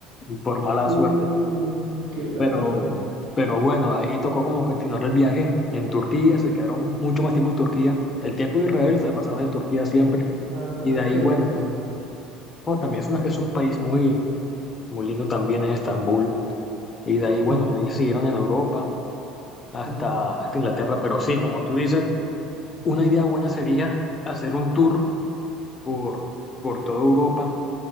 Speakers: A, on the left; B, on the right.
A: por mala
B: Uh,
A: suerte.
B: qué lástima.
A: Pero, pero bueno, ahí tocó como continuar el viaje en Turquía, se quedaron mucho más tiempo en Turquía. El tiempo de Israel
B: Mm.
A: se la pasaron en Turquía siempre.
B: Ah,
A: Y de ahí,
B: qué
A: bueno,
B: lindo.
A: no, también es, una-
B: Mm,
A: es un país muy, muy lindo también en Estambul. Y de ahí,
B: mm,
A: bueno, ahí siguieron en Europa hasta,
B: ujú,
A: hasta Inglaterra. Pero sí, como tú dices,
B: mm,
A: una idea buena sería hacer un tour por,
B: ujú,
A: por toda Europa,